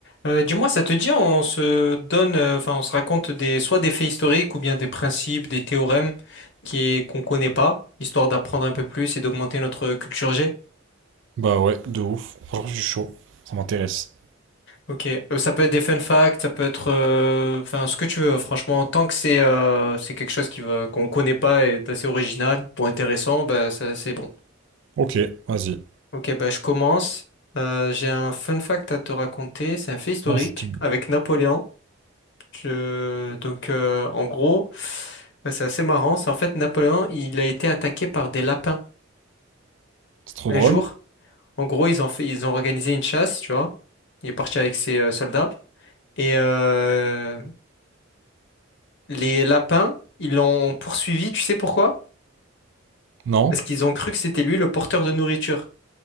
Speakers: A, on the left; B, on the right.
A: Euh, dis-moi, ça te dit, on se donne, euh, enfin, on se raconte des, soit des faits historiques ou bien des principes, des théorèmes qui est, qu'on connaît pas, histoire d'apprendre un peu plus et d'augmenter notre culture G.
B: Bah ouais, de ouf. Franchement, je suis chaud. Ça m'intéresse.
A: Ok, Euh, ça peut être des fun facts, ça peut être, euh, enfin, ce que tu veux. Franchement, tant que c'est, euh, c'est quelque chose qui va, qu'on connaît pas et d'assez original ou intéressant, bah, ça, c'est bon.
B: Ok, vas-y.
A: Ok, bah, je commence. Euh, j'ai un fun fact à te raconter. C'est un fait historique
B: Vas-y, dis-moi.
A: avec Napoléon. Je- Donc, euh, en gros, bah, c'est assez marrant. C'est en fait Napoléon, il a été attaqué par des lapins
B: C'est trop
A: un
B: drôle?
A: jour. En gros, ils ont fait, ils ont organisé une chasse, tu vois. Il est parti avec ses euh, soldats. Et euh, les lapins, ils l'ont poursuivi, tu sais pourquoi?
B: Non?
A: Parce qu'ils ont cru que c'était lui le porteur de nourriture.